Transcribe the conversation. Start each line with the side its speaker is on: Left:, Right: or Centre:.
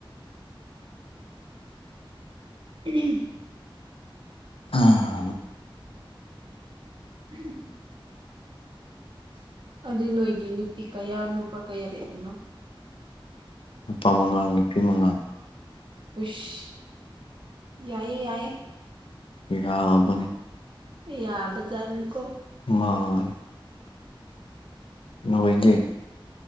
Right: <unintelligible>
Left: ꯑꯥ
Right: ꯎꯝ ꯑꯗꯨ ꯅꯣꯏꯗꯤ ꯅꯨꯄꯤ ꯀꯌꯥ ꯅꯨꯄꯥ ꯀꯌꯥ ꯂꯩꯕꯅꯣ
Left: ꯅꯨꯄꯥ ꯃꯉꯥ ꯅꯨꯄꯤ ꯃꯉꯥ
Right: ꯋꯤꯁ ꯌꯥꯏꯌꯦ ꯌꯥꯏꯌꯦ
Left: ꯌꯥꯝꯕꯅꯤ
Right: ꯌꯥꯕꯖꯥꯠꯅꯤꯀꯣ
Left: ꯃꯥꯥꯟꯅꯤ ꯅꯍꯣꯏꯗꯤ